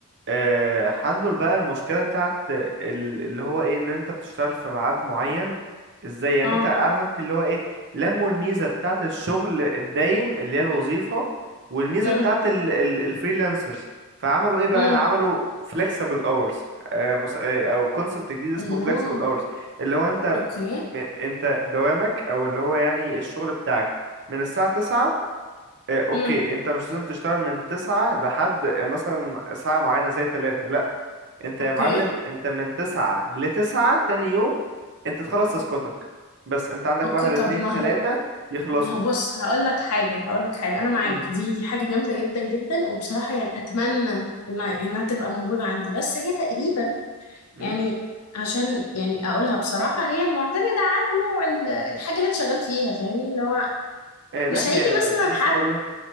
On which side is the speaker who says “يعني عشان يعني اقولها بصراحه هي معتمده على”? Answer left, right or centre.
Left